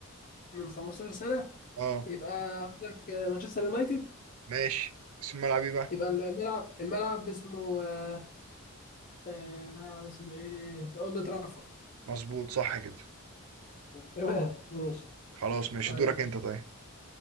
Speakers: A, on the left; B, on the right.
A: من 15 سنة
B: اه
A: يبقى عندك آه، مانشستر يونايتد
B: ماشي اسم الملعب ايه بقى
A: يبقى الملعب الملعب اسمه آه، آه، ملعب اسمه ايه؟ اولد ترافورد
B: مظبوط صح كده
A: تمام ماشي
B: خلاص ماشي
A: طيب
B: دورك انت طيب